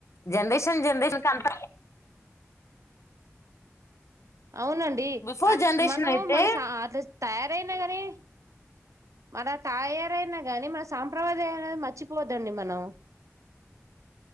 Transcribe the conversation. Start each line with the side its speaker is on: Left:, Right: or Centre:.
Left: జనరేషన్ జనరేషన్ కంత
Right: అవునండి
Left: బిఫోర్
Right: అట్
Left: జనరేషన్
Right: మనము
Left: అయితే
Right: మనసా అట్లాస్ తయారై కాని మన తాయారయినా గానీ మన సాంప్రదదాయం అయినా మర్చిపోద్దండి మనం